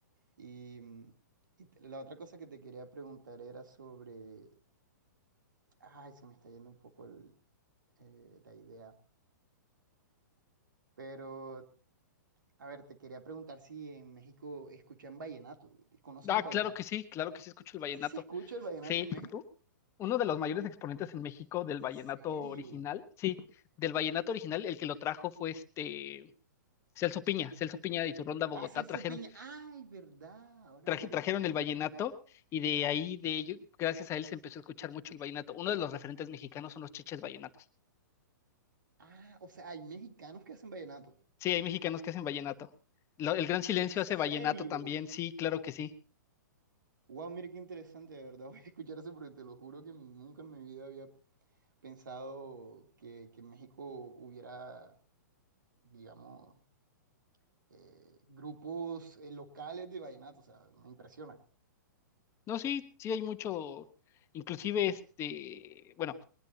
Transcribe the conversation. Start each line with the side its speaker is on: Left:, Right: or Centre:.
Right: Y, mm, y la otra cosa que te quería preguntar era sobre... Ay, se me está yendo un poco el- eh, la idea. Pero, a ver, te quería preguntar si en México escuchan vallenato. ¿Conoces
Left: Ah,
Right: el vallenato?
Left: claro que sí, claro que sí, escucho el vallenato.
Right: ¿Sí se escucha el vallenato
Left: Sí,
Right: en México?
Left: u- uno de los mayores exponentes en México del
Right: ¿En
Left: vallenato
Right: serio?
Left: original, sí, del vallenato original, el que lo trajo fue este Celso Piña, Celso Piña y su Ronda Bogotá
Right: Ah, Celso
Left: trajeron
Right: Peña. Ay, verdad. Ahora
Left: traje-
Right: me recordé.
Left: trajeron el vallenato y de ahí, de ello, gracias a él se empezó a escuchar mucho el vallenato. Uno de los referentes mexicanos son los chiches vallenatos.
Right: Ah, o sea, hay mexicanos que hacen vallenato.
Left: Sí, hay mexicanos que hacen vallenato. Lo- el Gran Silencio
Right: ¿En serio?
Left: hace vallenato también, sí, claro que sí.
Right: Wow, mira qué interesante, de verdad. <laughs> Voy a escuchar eso porque te lo juro que nunca en mi vida había pensado que, que en México hubiera, digamos, eh, grupos eh, locales de vallenato, o sea, me impresiona.
Left: No, sí, sí hay mucho, inclusive este, bueno,